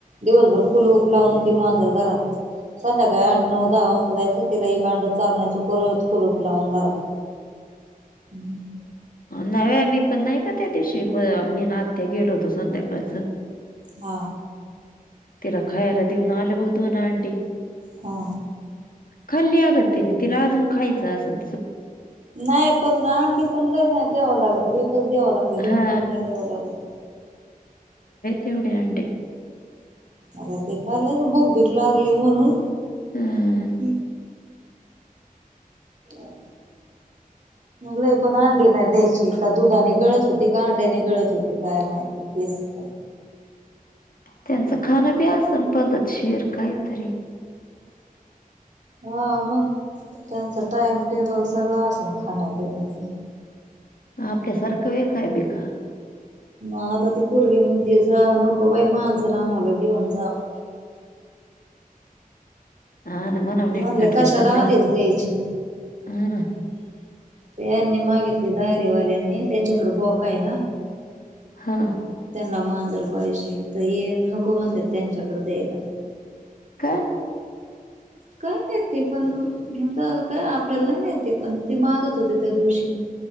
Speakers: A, on the right; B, on the left.
A: दिवसभर कुलूप लावून ती मांजर घरातच संध्याकाळी आठ नऊ दहा वाजता जायचं तिला एक अंड चारण्यायचं परवत कुलूप लावून घरात
B: <unintelligible>
A: हम्म
B: नव्या मी पण नाही का त्या दिवशी मी नात्या गेलो होतो संध्याकाळच
A: हा
B: तिरा खा यायला देऊन आलं बघ दो ना अंडी
A: हा
B: खाल्ली आग तिनी तिला अजुन खायचं असल
A: नाही पण लांडी पण लई नाही द्यावं लागत एकच द्याव लागते
B: हा
A: दोन पण नाही द्यावं लागत
B: एव्हढे अंडे
A: आता ते खालंच भुक भीक लागली म्हणून
B: हम्म.
A: ह <inaudible> लय पण अंडी नाही द्यायची का दुधानी गळत होती का अंड्यानी गळत होती काय माहिती केस का
B: त्यांचं खान बी आसन पद्धत शिर काहीतरी
A: हा मग त्यांच टाइम टेबल सगळं आसन खाण्या पिण्याच
B: आपल्यासारखं आहे काय बि खा
A: आता ती पोरगी म्हणते जा नको बाई मांजर आम्हाला घेऊन जावा
B: <inaudible> हा ना म्हणा नीटनटकी
A: म्हणल कशाला
B: सांभाळा
A: आधीच द्यायची
B: हा ना
A: ते यांनी मागितली दायरीवाल्यानी त्यांच्याकडे बोका आहे ना
B: हा
A: त्यांना मांजर पाहिजे तर ह नको म्हणत त्यांच्याकडे द्यायला
B: का
A: काय माहिती पण हे काय आपल्याला नाही माहिती पण ती मागत होते त्या दिवशी